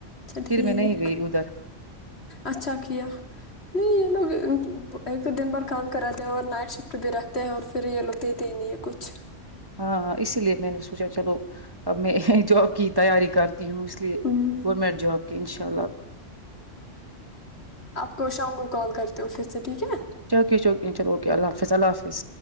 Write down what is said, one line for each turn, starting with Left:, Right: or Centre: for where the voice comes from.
Left: ٹھیک
Right: پھر میں نہیں گئی ادھر
Left: اچھا کیا نہیں یہ لوگ ایک تو دن بھر کام کراتے ہیں اور نائٹ شفٹ بھی رکھتے ہیں اور پھر یہ لوتےتے ہی نہیں ہے کچھ
Right: ہاں اسی لیے میں نے سوچا چلو اب میں جاب کی تیاری کر کہ اس لیے
Left: ہوں
Right: گورمنٹ جاب کے ان شاء اللہ
Left: تو شام کو کال کرتے ہو پھر سے ٹھیک ہے نا
Right: چوکے چوکے چلو اوکے اللہ حافظ اللہ حافظ